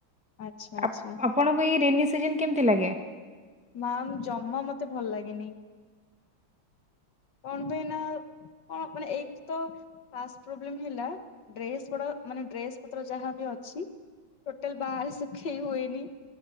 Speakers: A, on the left; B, in the centre.
A: ଆଚ୍ଛା ଆଚ୍ଛା।
B: ଆପ ଆପଣଙ୍କୁ ଏଇ ରେନି ସିଜନ କେମିତି ଲାଗେ?
A: ମାମ୍ ଜମା ମତେ ଭଲ ଲାଗେନି। କଣ ପାଇଁ ନା ହଁ ମାନେ ଏଇ ତ ଫାଷ୍ଟ୍ ପ୍ରୋବ୍ଲେମ୍ ହେଲା ଡ୍ରେସ ଗୁଡା ମାନେ ଡ୍ରେସ ପତ୍ର ଯାହାବି ଅ ଛି ଟୋଟାଲ ବାହାର ଶୁଖେଇ ହୁଏନି